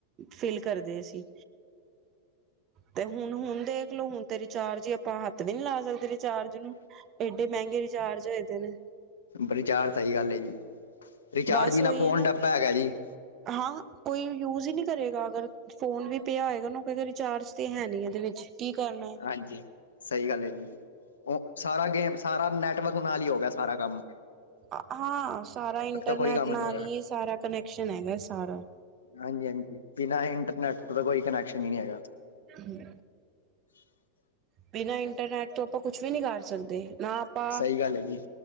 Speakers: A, on the right (about 35°); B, on the left (about 70°).
A: ਫੀਲ ਕਰਦੇ ਸੀ, ਤੇ ਹੁਨ, ਹੁਨ ਦੇਖਲੋ ਹੁਨ ਤੇ ਰਿਚਾਰਜ ਈ, ਆਪਾਂ ਹਾੱਥ ਵੀ ਨੀ ਲਾ ਸਕਦੇ ਰਿਚਾਰਜ ਨੂੰ ਏਡੇ ਮੈਂਗੇ ਰਿਚਾਰਜ ਹੋਏ ਦੇ ਨੇ।
B: ਬੜੀ ਚਾਰ ਸਈ ਗੱਲ ਏ ਜੀ। ਰਿਚਾਰਜ
A: ਬਸ
B: ਬਿਨਾਂ
A: ਓਈ
B: ਫੋਨ
A: ਐ ਨਾ,
B: ਡੱਬਾ ਹੈਗਾ ਜੀ
A: ਹਾਂ ਕੋਈ ਯੂਜ਼ ਈ ਨਈ ਕਰੇਗਾ ਅਗਰ ਫੋਨ ਵੀ ਪੇਆ ਹੋਏਗਾ ਨਾਂ, ਕਏਗੇ ਰਿਚਾਰਜ ਤੇ ਹੈ ਨੀ ਏਦੇ ਵਿੱਚ। ਕੀ ਕਾਰਨਾ।
B: ਹਾਂਜੀ। ਸਈ ਗੱਲ ਐ ਜੀ, ਓ ਸਾਰਾ ਗੇਮ ਸਾਰਾ ਨੈਟਵਕ ਨਾਲ ਈ ਹੋ ਗੇਆ ਸਾਰਾ ਕਾੰਮ।
A: ਅ ਹਾਂ, ਸਾਰਾ ਇੰਟਰਨੈਟ
B: ਕੋਈ ਕੰਮ
A: ਨਾਲ
B: ਨੀ ਹੈਗਾ
A: ਈ ਸਾਰਾ ਕਨੈਕਸ਼ਨ਼ ਹੈਗੈ ਸਾਰਾ।
B: ਹਾਂਜੀ, ਹਾਂਜੀ ਬਿਨਾਂ ਇੰਟਰਨੈਟ ਤੋ ਤਾ ਕੋਈ ਕਨੈਕਸ਼ਨ ਈ ਨਈ ਹੈਗਾ।
A: ਹੂੰ।
B: <unintelligible>
A: ਬਿਨਾਂ ਇੰਟਰਨੈਟ ਤੋਂ, ਆਪਾਂ ਕੁਛ ਵੀ ਨੀ ਕਾਰ ਸਕਦੇ ਨਾ ਆਪਾਂ
B: ਸਈ ਗੱਲ ਐ ਜੀ।